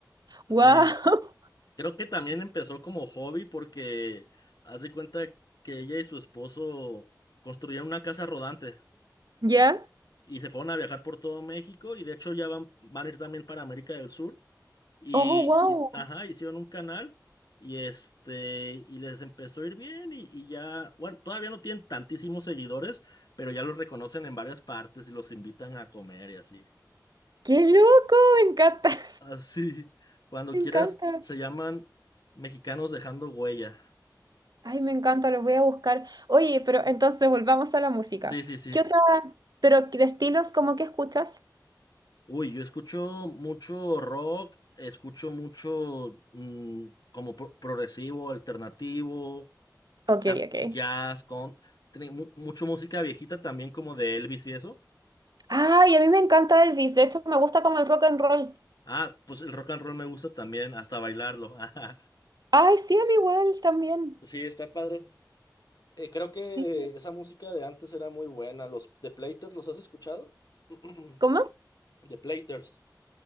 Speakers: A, on the left; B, on the right.
A: Sí.
B: ¡Wow! <laughs>
A: Creo que también empezó como hobby porque haz de cuenta que ella y su esposo construyeron una casa rodante.
B: ¿Ya?
A: y se fueron a viajar por todo México y de hecho ya van, van a ir también para América del Sur y,
B: ¡Oh, wow!
A: y- ajá, hicieron un canal y este y les empezó a ir bien y, y ya, bueno, todavía no tienen tantísimos seguidores, pero ya los reconocen en varias partes y los invitan a comer y así.
B: ¡Qué loco! Me encanta. <laughs>
A: Así, cuando
B: Me
A: quieras,
B: encanta.
A: se llaman Mexicanos Dejando Huella.
B: Ay, me encanta, los voy a buscar. Oye, pero entonces volvamos a la música.
A: Sí, sí, sí.
B: ¿Qué otra? Pero de estilos, ¿cómo que escuchas?
A: Uy, yo escucho mucho rock, escucho mucho mm, como pro- progresivo, alternativo,
B: Ok,
A: ta-
B: ok.
A: jazz, con tiene mu- mucho música viejita también como de Elvis y eso.
B: Ay, a mí me encanta Elvis. De hecho, me gusta como el rock and roll.
A: Ah, pues el rock and roll me gusta también, hasta bailarlo. <laughs>
B: Ay, sí, a mí igual también.
A: Sí, está padre. Eh, creo que
B: Sí.
A: esa música de antes era muy buena. Los The Platers, ¿los has escuchado? <clears throat>
B: ¿Cómo?
A: The Platers.